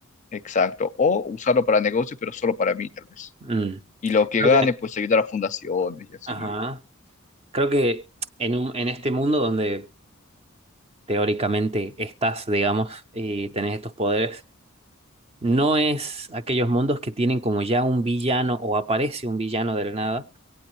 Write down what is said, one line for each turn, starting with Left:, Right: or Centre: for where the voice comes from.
Left: Exacto. O usarlo para negocio, pero solo para mí, tal vez.
Right: Mm.
Left: Y lo que
Right: Creo
Left: gane,
Right: que...
Left: pues ayudar a fundaciones y así,
Right: Ajá.
Left: ¿no?
Right: Creo que en un, en este mundo donde teóricamente estás, digamos, y tenés estos poderes, no es aquellos mundos que tienen como ya un villano o aparece un villano de la nada.